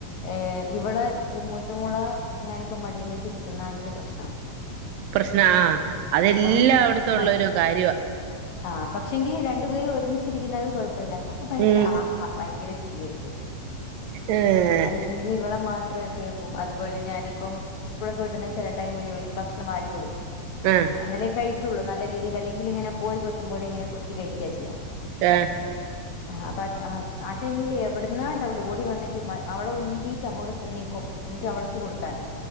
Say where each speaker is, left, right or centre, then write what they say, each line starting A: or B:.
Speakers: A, on the left; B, on the right.
A: ഏഹ് ഇവളെ മൂത്തമോളെ ഞാനിപ്പോ മടീൽ വെച്ച് ഇരിക്കുന്നാെങ്കില് പ്രശ്നം
B: പ്രശ്നാ ആഹ് അതെല്ലാം
A: ആഹ്
B: വിടത്തള്ളൊരു
A: അപ്പൊ ഭയ
B: കാര്യമാ
A: ആഹ് പക്ഷെങ്കില് രണ്ടു പേരും ഒരുമിച്ചിരിക്കുന്ന കുഴപ്പമില്ല അപ്പൊ ഭയങ്കര
B: ഉം
A: ആഹ് ഭയങ്കര ചിരിആയിരിക്കും
B: ഏഹ്
A: അല്ലെങ്ക ഇവള മാത്രം എടുക്കേം പോവും അതുപോലെ ഞാനിപ്പം സ്കൂളൊക്കെ വിട്ടുന്ന ചില ടൈമിൽ ഇവൾക്ക് ഭക്ഷണം വാരി കൊടുക്കും
B: ഉം
A: അന്നലേ കഴിക്കുകുള്ളൂ നല്ല രീതിക്ക് അല്ലെങ്കിൽ ഇങ്ങനെ കോയി കൊത്തുമ പോല ഇങ്ങനെ കൊത്തി കഴിക്കുക ചെയ്യാം
B: ആഹ്
A: ആഹ് ആ ടൈമില് എവിടുന്നാണ്ടാവൂല ഓടി വന്നിട്ട് അവള ഉന്തിയിട്ട് അങ്ങോട്ട നീക്കും എന്നിട്ട് അവൾക്ക് കൊടുക്കാൻ